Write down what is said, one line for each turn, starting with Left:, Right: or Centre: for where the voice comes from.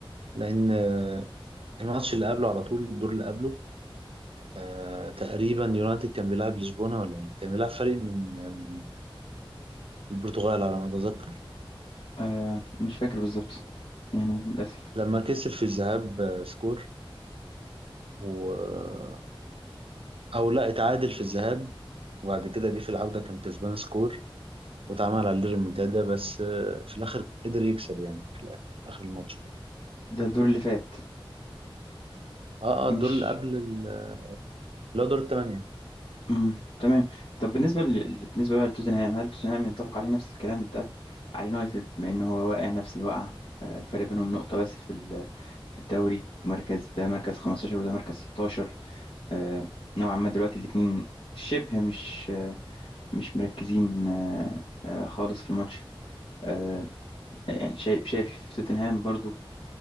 Right: لان آه، الماتش اللي قبله على طول الدور اللي قبله آه، تقريبا يونايتد كان بيلعب لشبونه ولا مين كان بيلعب فريق من من البرتغال على ما اتذكر
Left: آه، مش فاكر بالظبط يعني للأسف
Right: لما كسب في الذهاب آه، سكور و... او لا اتعادل في الذهاب وبعد كده جه في العودة كان كسبان سكور واتعمل عليه ريمونتادا بس آه، في الآخر قدر يكسب يعني في الآخر آخر الماتش
Left: ده الدور اللي فات
Right: اه اه
Left: مش
Right: الدور اللي قبل ال- اللي هو دور الثمانية
Left: امم تمام طب بالنسبه ل... بالنسبه بقى لتوتنهام هل توتنهام ينطبق عليه نفس الكلام اللي اتقال على اليونايتد بما ان هو واقع نفس الوقعه آه، فرق بينهم نقطه بس في ال... في الدوري ومركز ده مركز 15 وده مركز 16 آه، نوعا ما دلوقتي الاثنين شبه مش آه، مش مركزين آه، آه، خالص في الماتش آه، يعني شايف شايف في توتنهام برضو